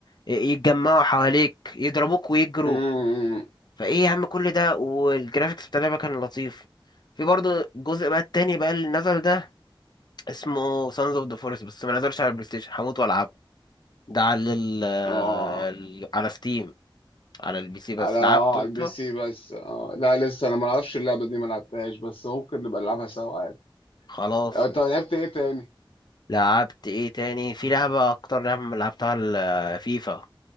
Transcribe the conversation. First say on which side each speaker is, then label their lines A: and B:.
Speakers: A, on the left; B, on the left.
A: ي- يتجمعوا حواليك يضربوك ويجروا
B: اه
A: فايه يا عم كل ده والجرافيكس بتاع اللعبه كان لطيف في برضه الجزء بقى التاني بقى اللي نزل ده اسمه سانز اوف ذا فورست بس ما نزلش على البلاي ستيشن هموت والعبه ده على ال آه،
B: اه
A: ال- على ستيم على البي سي بس
B: على اه
A: لعبته
B: على
A: انت
B: البي سي بس اه لا لسه انا ما اعرفش اللعبه دي ما لعبتهاش بس ممكن نبقى نلعبها سوا عادي
A: خلاص
B: آه، انت لعبت ايه تاني
A: لعبت ايه تاني في لعبة اكتر لعبة لعبتها الفيفا